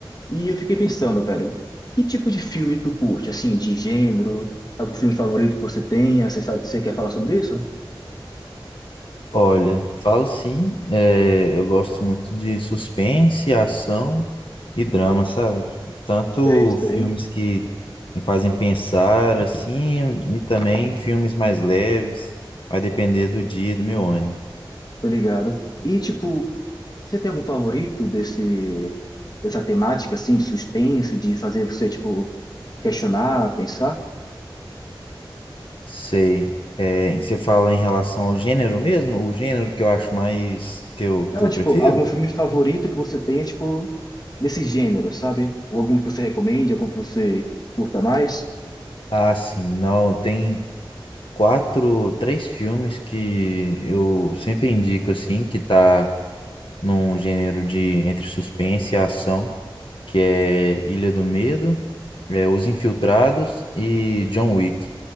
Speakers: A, on the left; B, on the left.
A: e eu fiquei pensando, velho, que tipo de filme tu curte? Assim, de gênero? Algum filme favorito que você tenha? Você sabe- você quer falar sobre isso?
B: Olha, falo sim, é, eu gosto muito de suspense, ação e drama, sabe? Tanto
A: É isso aí.
B: filmes que me fazem pensar, assim, e também filmes mais leves, vai depender do dia, e do meu ânimo.
A: Tô ligado. E, tipo, você tem algum favorito desse, dessa temática, assim, de suspense, de fazer você, tipo, questionar, pensar?
B: Sei. É, você fala em relação ao gênero mesmo? O gênero que eu acho mais, que eu,
A: Não,
B: que eu
A: tipo,
B: prefiro?
A: algum filme favorito que você tenha, tipo, desse gênero, sabe? Ou algum que você recomende, algum que você curta mais?
B: Ah, sim, não, tem, quatro, três filmes que eu sempre indico assim, que tá num gênero de entre suspense e ação, que é Ilha do Medo, é, Os Infiltrados e John Wick.